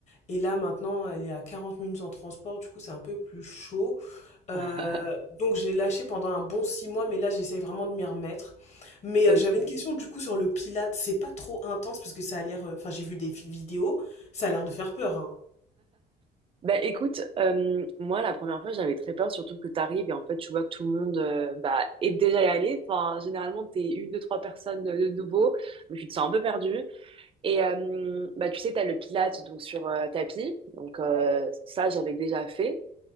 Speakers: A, on the left; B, on the right.
A: et là, maintenant, elle est à 40 minutes en transport. Du coup, c'est un peu plus chaud euh,
B: <laughs>
A: donc j'ai lâché pendant un bon six mois, mais là j'essaye vraiment de m'y remettre. Mais
B: ok.
A: euh, j'avais une question du coup sur le Pilate. C'est pas trop intense parce que ça a l'air. euh, Enfin, j'ai vu des fi- vidéos, ça a l'air de faire peur. hein.
B: Bah écoute, euh, moi la première fois j'avais très peur, surtout que t'arrives et en fait tu vois que tout le monde euh, bah, est déjà y allé. Enfin, généralement t'es une, deux, trois personnes de de nouveau, donc tu te sens un peu perdu. Et euh, bah tu sais, t'as le Pilates donc sur euh, tapis, donc euh, ça j'avais déjà fait.